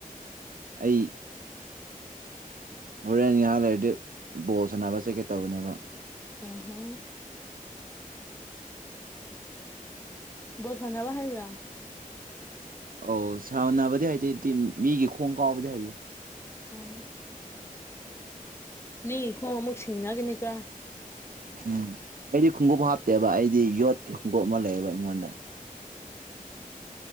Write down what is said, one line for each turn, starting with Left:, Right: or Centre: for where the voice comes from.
Right: ꯑꯩ ꯍꯣꯔꯦꯟ ꯉꯍꯥꯛ ꯂꯩꯔꯗꯤ ꯕꯣꯜ ꯁꯥꯟꯅꯕ ꯆꯠꯀꯦ ꯇꯧꯕꯅꯦꯕ
Left: ꯎꯝ ꯍꯝ ꯕꯣꯜ ꯁꯥꯟꯅꯕ ꯍꯥꯩꯕꯔꯥ
Right: ꯑꯧ ꯁꯅꯕꯗꯤ ꯍꯥꯏꯇꯦ ꯇꯥꯝ ꯃꯤꯒꯤ ꯈꯣꯡ ꯀꯥꯎꯕꯗꯤ ꯍꯩꯌꯦ
Left: ꯑꯝ ꯃꯤꯒꯤ ꯈꯣꯡ ꯑꯃꯨꯛ ꯁꯤꯡꯅꯒꯅꯤꯀꯣ
Right: ꯎꯝ ꯑꯩꯗꯤ ꯈꯣꯡꯎꯞ ꯍꯥꯞꯇꯦꯕ ꯑꯩꯗꯤ ꯌꯣꯠꯀꯤ ꯈꯣꯡꯎꯞ ꯑꯃ ꯂꯩꯌꯦꯕ ꯑꯩꯉꯣꯟꯗ